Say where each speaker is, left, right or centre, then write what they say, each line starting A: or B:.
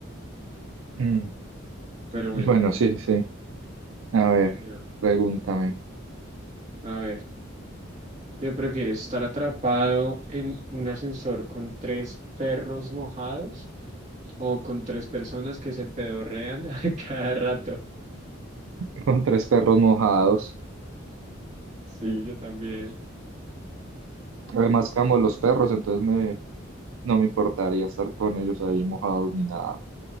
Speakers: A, on the right; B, on the right.
A: Mm.
B: pero bueno,
A: Bueno, sí, sí. A ver,
B: eh,
A: pregúntame.
B: a ver, ¿qué prefieres, estar atrapado en un ascensor con tres perros mojados o con tres personas que se pedorrean <laughs> a cada rato?
A: <laughs> Con tres perros mojados.
B: Sí, yo también.
A: Además, amo los perros, entonces me, no me importaría estar con ellos ahí mojados ni nada.